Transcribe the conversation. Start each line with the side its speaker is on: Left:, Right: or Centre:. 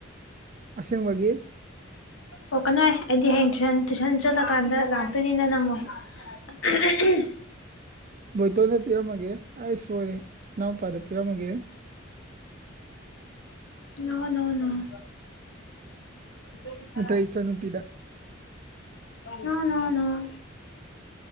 Right: ꯑꯁꯦꯡꯕꯒꯤ
Left: ꯄꫭꯔꯛꯀꯅꫭꯍꯦ ꯑꯩꯗꯤ ꯍꯌꯦꯡ ꯇꯨꯟ ꯇꯨꯏꯁꯟ ꯆꯠꯂꯀꯥꯟꯗ ꯂꯥꯛꯇꯣꯏꯅꯤꯅ ꯅꯪꯉꫭꯏ
Right: ꯕꯣꯏꯇꯣꯟꯗ ꯄꯤꯔꯝꯃꯒꯦ ꯑꯩ ꯁꯣꯏꯔꯦ ꯏꯅꯥꯎꯄꯥꯗ ꯄꯤꯔꯝꯃꯒꯦ
Left: ꯅ ꫭꯅꫭ ꯅꫭ ꯗꯗꯤ ꯈꯔ
Right: ꯅꯠꯇ꯭ꯔꯒ ꯏꯆꯟꯅꯨꯄꯤꯗ
Left: ꯅꫭ ꯅꫭ ꯅꫭ